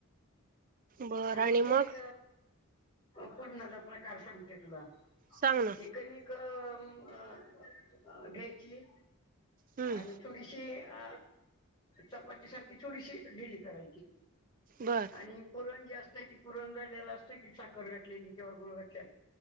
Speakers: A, on the right; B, on the left.
A: बर
B: आणखी
A: आणि मग
B: एक पुरणाचा प्रकार सांगते तुला.
A: सांग ना
B: एकन एक अ घ्यायची.
A: हम्म
B: आणि थोडीशी अ चपाती सारखी थोडीशी ढिली करायची.
A: बर
B: आणि पुरण जास्त. त्या पुरण झालेल असतं की साखर घातलेली किंवा गुळ घातलेला.